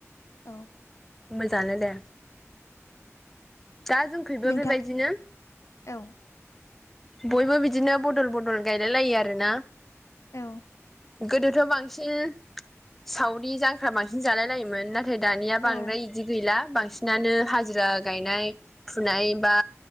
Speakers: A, on the left (about 70°); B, in the centre.
A: औ
B: मोजाङानो दे। दा जोंखैबो
A: नोंथां
B: बेबायदिनो।
A: औ
B: बयबो बिदिनो बदल बदल गायलाय लायो आरो ना।
A: औ
B: गोदोथ' बांसिन सावरि जांख्रा बांसिन जालाय लायोमोन ना थाय दानिया
A: औ
B: बांद्राय इदि गैला बांसिनानो हाजिरा गायनाय फुनाय बा